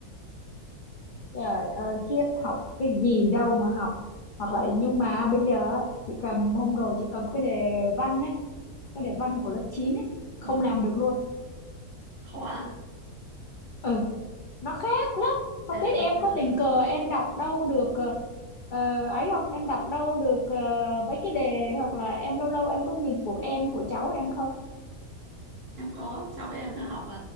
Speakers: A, on the left; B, on the right.
A: trời ơi khiếp học cái gì đâu mà học hoặc là nhưng mà bây giờ á, chị cầm hôm rồi chị cầm cái đề văn ấy cái đề văn của lớp 9 ấy
B: vâng
A: không làm được luôn
B: khó à
A: ừ nó khác lắm không
B: à
A: biết
B: bây
A: em
B: giờ
A: có tình cờ em đọc đâu được ờ, ờ, ấy không em đọc đâu được ờ, mấy cái đề hoặc là em lâu lâu em có nhìn của em của cháu em không
B: em có cháu em nó học ờ,